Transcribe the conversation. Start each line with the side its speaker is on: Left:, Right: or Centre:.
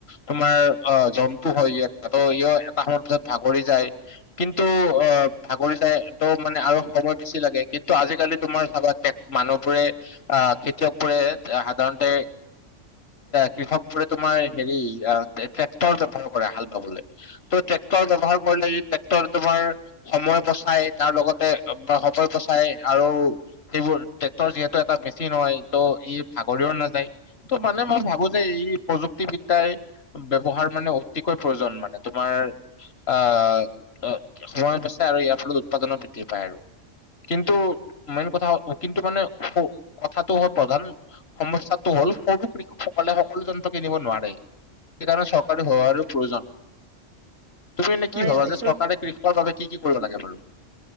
Left: তোমাৰ অ, জন্তু হয় ইহঁত। ত ই এটা সময়ৰ পিছত ভাগৰি যায়। কিন্তু অ, ভাগৰি যায় ত' মানে আৰু সময় বেছি লাগে। কিন্তু আজিকালি তোমাৰ চাবা মানুহবোৰে, অ খেতিয়ক বোৰে সাধাৰণতে কৃষক বোৰে তোমাৰ হেৰি, ইয়াৰ ট্ৰেক্টৰ ব্যৱহাৰ কৰে হাল বাবলৈ। ত' ট্ৰেক্টৰ ব্যৱহাৰ কৰিলে ই ট্ৰেক্টৰ তোমাৰ সময় বচায়, তাৰ লগতে সময় বচায় আৰু সেইবোৰ ট্ৰেক্টৰ যিহেতু এটা মেচিন হয়, ত' ই ভাগৰিও নাযায়। ত' মানে মই ভাবো যে ই প্ৰযুক্তিবিদ দাই ব্যৱহাৰ মানে অতিকৈ প্ৰয়োজন মানে, তোমাৰ আ সময় বচায় আৰু ইয়াৰ ফলত উৎপাদনো বৃদ্ধি পায় আৰু। কিন্তু মেইন কথা, কিন্তু মানে কথাটো হল প্ৰধান, সমস্যাটো হ'ল সৰু কৃষকসকলে সকলো যন্ত্ৰ কিনিব নোৱাৰে। সেইকাৰণে চৰকাৰৰ সহায়ৰ প্ৰয়োজন। তুমি এনে
Right: হয়
Left: কি ভাবা,
Right: হয়
Left: যে
Right: চৰ
Left: চৰকাৰে কৃষকৰ বাবে কি কি কৰিব লাগে বাৰু,?